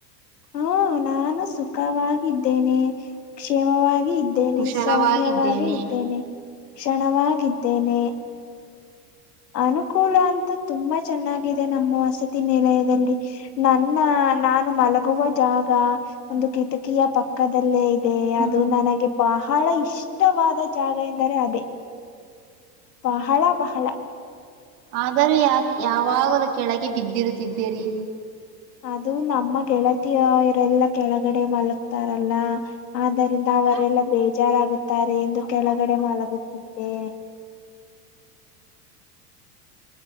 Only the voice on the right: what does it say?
ಕುಶಲವಾಗಿದ್ದೇನೆ
ಹ್ಮ
ಆದರೆ ಯಾ ಯಾವಾಗಲೂ ಕೆಳಗೆ ಬಿದ್ದಿರುತ್ತಿದ್ದೀರಿ.